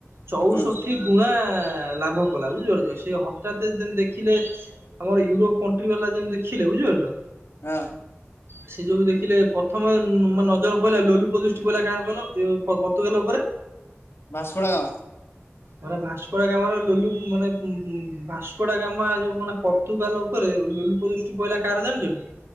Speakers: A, on the right; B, on the left.
A: ଚଉଷଠି
B: ହୁଁ
A: ଗୁଣା ଲାଭ କଲା ବୁଝିପାରୁଛ ସେ ହଠାତ ଯେମତି ଦେଖିଲେ ଆମର ୟୁରୋପ କଣ୍ଟ୍ରି ବାଲା ଯେମତି ଦେଖିଲେ ବୁଝିପାରୁଛ।
B: ହଁ।
A: ସେ ଯୋଉୁ ଦେଖିଲେ ପ୍ରଥମେ ନ ନଜର ପାଇଲା ଲୋଲୁପ ଦୃଷ୍ଟି ପିଇଲା କାହାର କହିଲ? ପର୍ତୁଗାଲ ଉପରେ
B: ଭାସ୍କୋଡା ଗାମା
A: ମାନେ ଭାସ୍କୋଡା ଗାମାର ଲୁଲୁ ମାନେ ଭାସ୍କୋଡା ଗାମା ଯୋଉ ମାନେ ପର୍ତ୍ତୁଗାଲ ଉପରେ ଲୋଲୁପ ଦୃଷ୍ଟି ପଇଲା କାହାର ଜାଣିଛଠି।